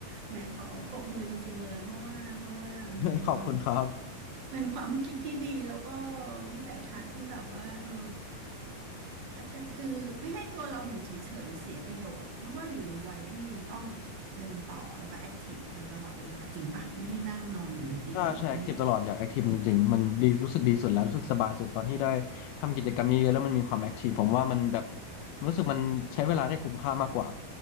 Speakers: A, on the right (about 70°); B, on the left (about 80°).
A: แหมขอปรบมือจริงๆเลยเพราะว่าเพราะว่ามันเป็นความ
B: ๆ <laughs> ขอบคุณครับ
A: เป็นความคิดที่ดีแล้วก็วิสัยทัศน์ที่แบบว่าเออพัฒนคือไม่ให้ตัวเราอยู่เฉยๆเสียประโยชน์เพราะว่าอยู่ในวัยที่ยังต้องเดินต่อแล้วก็แอคทีฟมันตลอดเวลาจริงปะไม่ให้นั่งนอนอยู่บนเตียงบิงก็
B: ก็ใช้แอคทีฟตลอดอยากแอคทีฟจริงๆมันดีรู้สึกดีสุดแล้วรู้สึกสบายสุดตอนที่ได้ทำกิจกรรมเยอะๆแล้วมันมีความแอคทีฟผมว่ามันแบบรู้สึกมันใช้เวลาได้คุ้มค่ามากกว่า